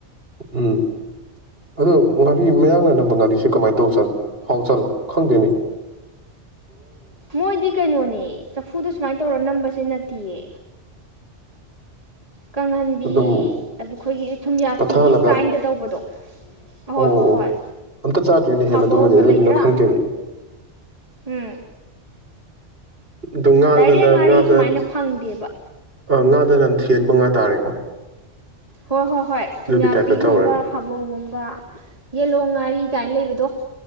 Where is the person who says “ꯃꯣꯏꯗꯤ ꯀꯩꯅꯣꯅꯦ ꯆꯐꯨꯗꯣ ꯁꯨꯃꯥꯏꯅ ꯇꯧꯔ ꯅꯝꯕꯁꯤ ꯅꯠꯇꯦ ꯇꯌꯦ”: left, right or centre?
Right